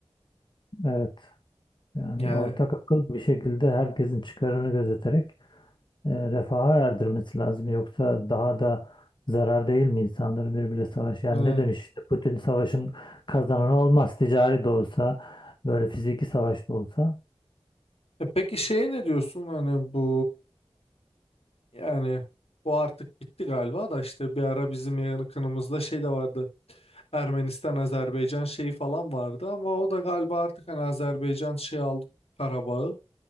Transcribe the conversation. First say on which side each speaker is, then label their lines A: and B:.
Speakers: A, on the left; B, on the left.
A: Evet. Yani
B: Yani
A: ortak akıl bir şekilde herkesin çıkarını gözeterek e, refaha erdirmesi lazım. Yoksa daha da zarar değil mi insanların birbiriyle savaş? Yani
B: e,
A: ne demiş işte Putin savaşın kazananı olmaz. Ticari de olsa böyle fiziki savaş da olsa
B: e peki şeye ne diyorsun hani bu yani bu artık bitti galiba da işte bir ara bizim yakınımızda şey de vardı Ermenistan Azerbaycan şeyi falan vardı ama o da galiba artık hani Azerbaycan şey aldı Karabağ'ı.